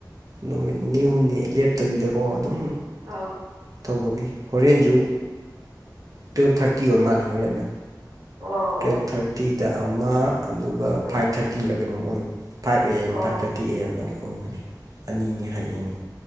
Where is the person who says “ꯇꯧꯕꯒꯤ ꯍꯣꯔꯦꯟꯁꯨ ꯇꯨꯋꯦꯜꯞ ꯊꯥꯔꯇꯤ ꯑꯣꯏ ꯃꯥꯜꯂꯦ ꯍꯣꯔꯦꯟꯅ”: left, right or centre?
Right